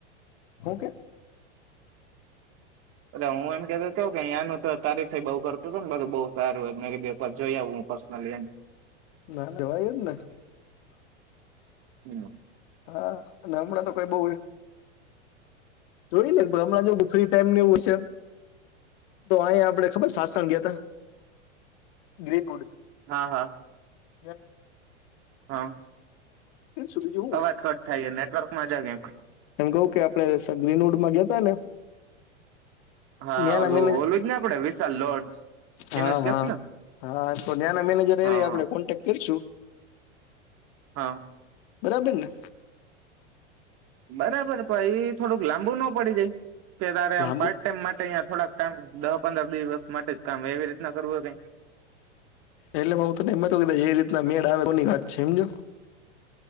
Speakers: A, on the left; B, on the right.
A: ઓકે
B: અને હું એમ કહેતો તો અયાનો તો તારી સાહેબ આવુ કરતો તો બધું બવ સારું હોત મેં કીધું એકવાર જોઈતું હોત પર્સનલી એમ
A: ના જવાય જ ને
B: હમ
A: હા અને હમણાં તો કઈ બઉ જોઈ લે હમણાં જો ફ્રી ટાઈમ એવું છે તો અહી આપડે ખબર શાસણ ગયા હતા ગ્રીનવુડ
B: હા હા
A: <unintelligible>
B: હા
A: સુધીવું હોય,
B: અવાજ કટ થાય નેટવર્કમાં જા ક્યાંક
A: એમ કવ કે આપડે ગ્રીનવુડમાં ગયાતા ને. <inaudible>
B: હા
A: ન્યાના
B: ઓલું
A: મેનેજર
B: ઓલું જ ને આપડે વિશાલ લોડસ,
A: હા
B: એનું જ કેશ
A: હા
B: ને.
A: હા તો ત્યાંના મેનેજર એ
B: હા
A: રે આપડે કોન્ટેક્ટ કરશું.
B: હા.
A: બરાબરને.
B: બરાબર પણ ઈ થોડુંક લાંબુ ન પડી જાય? કે તારે આમ
A: લાંબુ
B: પાર્ટ ટાઈમ માટે અહિયાં થોડાક ટાઈમ દસ પંદર દિવસ માટે જ કામ એવી રીતે નગરવવે કંઈ.
A: એટલે હું તને એમ હતું એ રીતના મેળ આવે તો ની વાત છે હમજો.